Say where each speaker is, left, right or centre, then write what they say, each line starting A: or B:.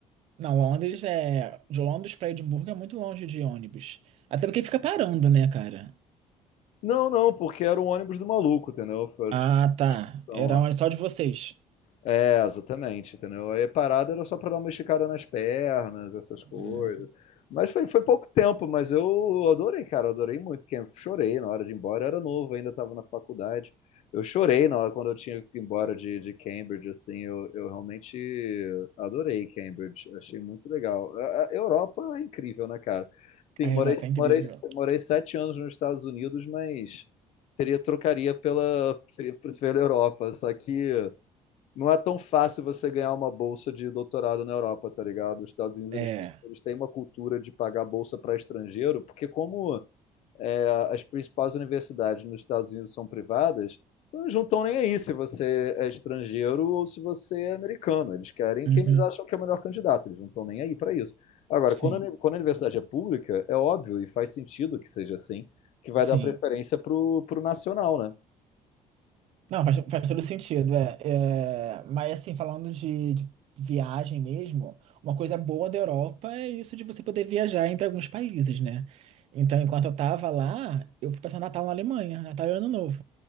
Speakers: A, on the right; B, on the left.
A: Não, Londres é... De Londres pra Edimburgo é muito longe de ônibus. Até porque fica parando, né, cara?
B: Não, não, porque era o ônibus do maluco, entendeu? Foi,
A: Ah,
B: tipo,
A: tá.
B: então,
A: Era ônibus só de vocês.
B: É, exatamente, entendeu? Aí a parada era só pra dar uma esticada nas pernas, essas coisas.
A: Uhum.
B: Mas foi, foi pouco tempo, mas eu adorei, cara, adorei muito. Que eu chorei na hora de ir embora, eu era novo, ainda estava na faculdade. Eu chorei na hora quando eu tinha que ir embora de, de Cambridge, assim, eu, eu realmente adorei Cambridge, achei muito legal. A, a Europa é incrível, né, cara? Sim,
A: A
B: morei,
A: Europa é incrível.
B: morei, morei sete anos nos Estados Unidos, mas teria trocaria pela, teria- <laughs> pela Europa, só que não é tão fácil você ganhar uma bolsa de doutorado na Europa, tá ligado? Os Estados Unidos
A: É.
B: eles têm, eles têm uma cultura de pagar bolsa para estrangeiro, porque como é, as principais universidades nos Estados Unidos são privadas, então eles não estão nem aí se você é estrangeiro ou se você é americano. Eles querem
A: Uhum.
B: quem eles acham que é o melhor candidato, eles não estão nem aí para isso. Agora,
A: Sim.
B: quando a, uni- quando a universidade é pública, é óbvio e faz sentido que seja assim, que vai
A: Sim.
B: dar preferência pro, pro nacional, né?
A: Não, faz, faz todo sentido, é. É, Mas assim, falando de, de viagem mesmo, uma coisa boa da Europa é isso de você poder viajar entre alguns países, né? Então, enquanto eu tava lá, eu fui passar Natal na Alemanha, Natal e Ano Novo.